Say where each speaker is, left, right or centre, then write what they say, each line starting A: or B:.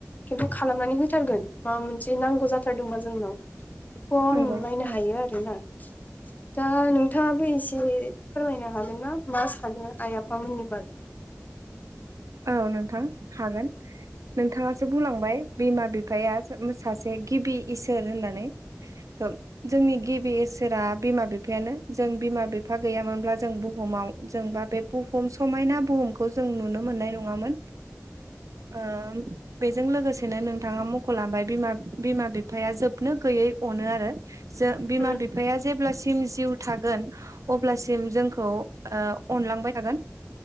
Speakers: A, on the left; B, on the right.
A: खिन्थु खालामनानै होथारगोन माबा मोनसे नांगौ जाथारदों बा जोंनाव। बेखौ आं
B: नंगौ
A: नायनो
B: औ
A: हायो आरोना। दा नोंथाङाबो एसे फोरमायनो हागोन ना मा सानो आइ आफामोननि बागै।
B: औ नोंथां हागोन। नोंथाङासो बुंलांबाय बिमा बिफाया सासे गिबि इसोर होननानै।
A: <inaudible>
B: थ' जोंनि गिबि इसोरा बिमा बिफायानो। जों बिमा बिफा गैयामोनब्ला जों बुहुमाव जोंबा बे बुहुम समायना बुहुमखौ जों नुनो मोननाय नङामोन। ओम बेजों लोगोसेनो नोंथाङा मख'लांबाय बिमा बिमा बिफाया जोबनो गैयै अनो आरो। जों बिमा
A: उम
B: बिफाया जेब्लासिम जिउ थागोन अब्लासिम जोंखौ ओ अनलांबाय थागोन।